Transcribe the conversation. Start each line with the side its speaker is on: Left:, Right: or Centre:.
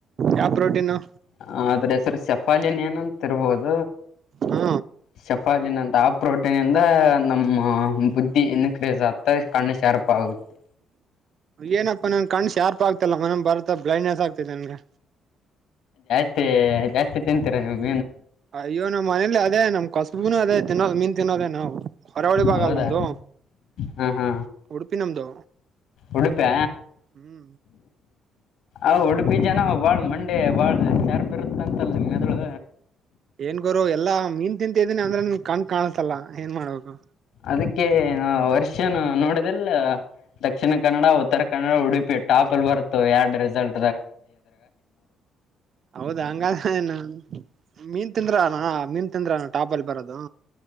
Right: ಯಾವ ಪ್ರೋಟೀನು
Left: ಹ ಆದ್ರೆ ಸರ್ ಶೆಫಾಲಿಯನ್ ಏನಂತರಬಹದು
Right: ಹಾ
Left: ಶಫಾಲಿನಂತ ಆಪ್ ಪ್ರೋಟಿನ್ ನಮ್ಮ ಬುದ್ಧಿ ಇನ್ಕ್ರೇಸ್ ಆಗ್ತ ಕಣ್ಣು ಶಾರ್ಪ್ ಆಗುತ್ತೆ
Right: ಏನಪ್ಪ ನನ್ ಕಣ ಶಾರ್ಪ್ ತುಪ್ಪ ಆಗ್ತಲ್ಲ ಮನ ಬರ್ತಾ ಬ್ಲೈಂಡ್ನೆಸ್ ಆಗ್ತೈತಿ ನನ್ಗೆ
Left: ಮತ್ತೆ ಜಾಸ್ತಿ ತಿಂತೀರಾ ನಿಮ್ಗೆ
Right: ಅಯ್ಯೋ ನಮ್ಮ್ ಮನೇಲಿ ಅದೇ ನಮ್ ಕಸಬುನು ಅದೇ ತಿನ್ನೋದು ಮೀನ್ ತಿನ್ನೋದೇ ನಾವು ಕರಾವಳಿ ಭಾಗಲ್ಲ
Left: ಹೌದಾ
Right: ನಮ್ದು
Left: ಹಾ ಹಾ
Right: ಉಡುಪಿ ನಮ್ದು
Left: ಉಡುಪಿಯ
Right: ಹ್ಮ
Left: ಆಉಡುಪಿ ಜನ ಬಾಳ್ ಮಂಡೆ ಬಾಳ್ ಚರ್ಪ್ ಇರುತ್ತ ಅಂತಲ್ ನಿ ಮೆದಳು
Right: ಏನ್ಗೋರು ಎಲ್ಲಾ ಮೀನ್ ತಿಂತಿದೀನಿ ಅಂದ್ರೆ ನಿಮಗ್ ಕಣ ಕಾಣಸಲ್ಲ ಏನ್ ಮಾಡ್ಬೇಕು
Left: ಅದಕ್ಕೆ ನಾ ವರ್ಷನು ನೋಡ ದಕ್ಷಿಣ ಕನ್ನಡ ಉತ್ತರ ಕನ್ನಡ ಉಡುಪಿ ಟಾಪ ಅಲ್ಲಿ ಬರುತ್ತೋ ಎಡ್ ರಿಸಲ್
Right: ಹೌದ ಹಂಗಾಡಾಗ್ ತಿಂದ್ರನಾ ಮೀನ್ ತಿಂದ್ರಣ ಟಾಪಲ್ಲಿ ಬರೋದು.